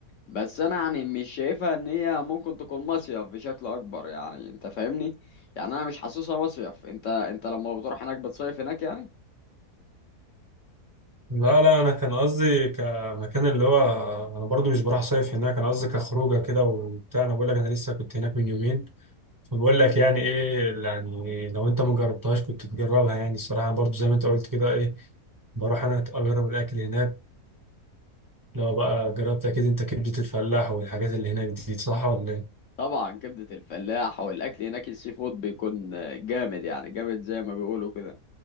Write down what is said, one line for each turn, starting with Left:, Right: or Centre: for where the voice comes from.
Left: بس انا يعني مش شايفها ان هي ممكن تكون مصيف بشكل اكبر يعني انت فاهمني يعني انا مش حاسسها مصيف انت انت لما بتروح هناك بتصيف هناك يعني
Right: لا لا انا كان قصدي كمكان اللي هو انا برضو مش بروح صيف هناك انا قصدي كخروجه كده وبتاع انا بقول لك انا لسه كنت هناك من يومين فبقول لك يعني ايه يعني لو انت ما جربتهاش كنت تجربها يعني الصراحه برضو زي ما انت قلت كده ايه بروح انا اجرب الاكل هناك لو بقى جربت اكيد انت كبده الفلاح والحاجات اللي هناك دي صح ولا ايه
Left: طبعا كبدة الفلاح والاكل هناك السي فود بيكون جامد يعني جامد زي ما بيقولوا كده